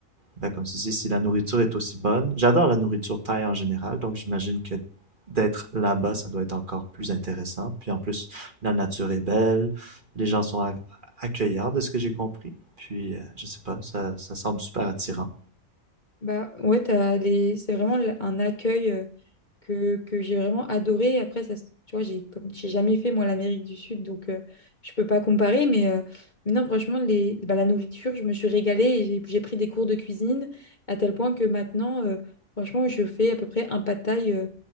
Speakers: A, on the right (about 35°); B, on the left (about 35°).
A: ben, comme tu dis, si la nourriture est aussi bonne. J'adore la nourriture thaï en général, donc j'imagine que d'être là-bas, ça doit être encore plus intéressant. Puis en plus, la nature est belle, les gens sont accueillants, de ce que j'ai compris. Puis, euh, je sais pas, ça, ça semble super attirant.
B: Bah ouais, t'as les... c'est vraiment l- un accueil euh, que, que j'ai vraiment adoré. Après, ça, se- tu vois, j'ai comme j'ai jamais fait moi l'Amérique du Sud, donc euh, je peux pas comparer. Mais, euh, mais non, franchement, les... bah, la nourriture, je me suis régalée et j'ai j'ai pris des cours de cuisine à tel point que maintenant, euh, franchement, je fais à peu près un pad thaï, euh,